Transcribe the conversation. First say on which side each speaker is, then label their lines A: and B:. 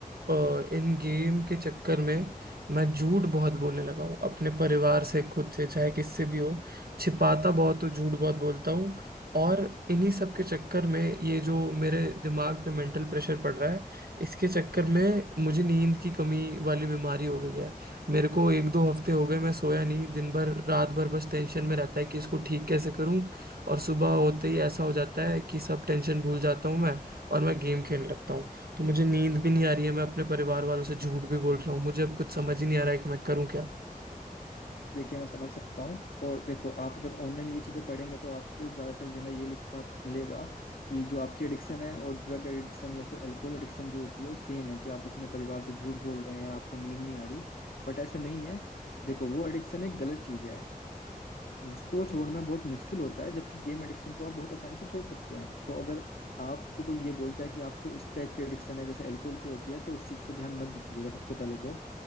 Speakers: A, on the right (about 85°); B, on the left (about 85°).
A: आ, इन गेम के चक्कर में मैं झूठ बहुत बोलने लगा हूँ अपने परिवार से खुद से चाहे किससे भी हो छिपाता बहुत हूँ झूठ बहुत बोलता हूँ और इन्हीं सब के चक्कर में ये जो मेरे दिमाग पे मेंटल प्रेशर पड़ रहा है इसके चक्कर में मुझे नींद की कमी वाली बीमारी हो गई है मेरे को एक दो हफ्ते हो गए मैं सोया नहीं दिन भर रात भर बस टेंशन में रहता है कि इसको ठीक कैसे करूं और सुबह होते ही ऐसा हो जाता है कि सब टेंशन भूल जाता हूं मैं और मैं गेम खेलने लगता हूं तो मुझे नींद भी नहीं आ रही है मैं अपने परिवार वालों से झूठ भी बोल रहा हूँ मुझे अब कुछ समझ ही नहीं आ रहा है कि मैं करूँ क्या
B: देखिए मैं समझ सकता हूँ और देखो आप जब ऑनलाइन ये चीज़ें पढ़ेंगे तो आपको ज़्यादातर जगह ये लिखा मिलेगा कि जो आपकी एडिक्शन है और ड्रग एडिक्शन या फिर एल्कोहल एडिक्शन जो होती है वो सेम है कि आप उसमें परिवार से झूठ बोल रहे हैं आपको नींद नहीं आ रही बट ऐसा नहीं है देखो वो एडिक्शन एक गलत चीज़ है उसको छोड़ना बहुत मुश्किल होता है जबकि गेम एडिक्शन को आप बहुत आसानी से छोड़ सकते हैं तो अगर आपको कोई ये बोलता है कि आपको इस टाइप की एडिक्शन है जैसे अल्कोहल की होती है तो इस चीज पे ध्यान मत दीजिएगा सबसे पहले तो